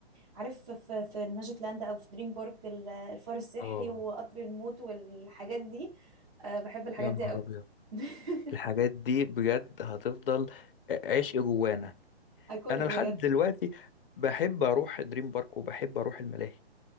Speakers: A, on the right; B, on the left.
A: عارف في, في الماجيك لاند أو في دريم بارك ال- الفار السحري
B: اه
A: وقطر الموت والحاجات دي أه بحب الحاجات
B: يا نهار
A: دي قوي
B: أبيض
A: <laughs>
B: الحاجات دي بجد هتفضل عشق جوانا
A: ايكونيك
B: انا
A: بجد
B: لحد دلوقتي بحب اروح دريم بارك وبحب اروح الملاهي